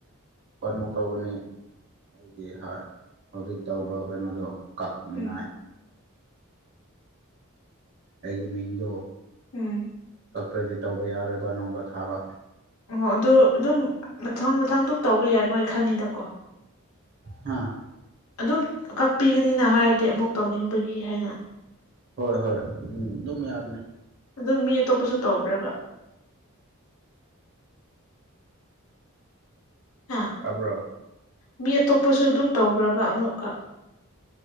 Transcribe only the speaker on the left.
ꯎꯝ
ꯎꯝ
ꯑꯣ ꯑꯗꯨ ꯑꯗꯨꯝ ꯃꯊꯪ ꯃꯊꯪ ꯑꯗꯨꯝ ꯇꯧꯕ ꯌꯥꯏ ꯃꯣꯏ ꯈꯪꯉꯤꯗꯀꯣ
ꯑꯗꯨꯝ ꯀꯛꯄꯤꯒꯅꯤꯅ ꯍꯥꯏꯔꯗꯤ ꯑꯃꯨꯛ ꯇꯧꯅꯤꯡꯕꯒꯤ ꯍꯥꯏꯅ
ꯑꯗꯣ ꯃꯤ ꯑꯇꯣꯞꯄꯁꯨ ꯇꯧꯕ꯭ꯔꯕ ꯍꯥ
ꯃꯤ ꯑꯇꯣꯞꯄꯁꯨ ꯑꯗꯨꯝ ꯇꯧꯕ꯭ꯔꯕ ꯑꯃꯨꯛꯀ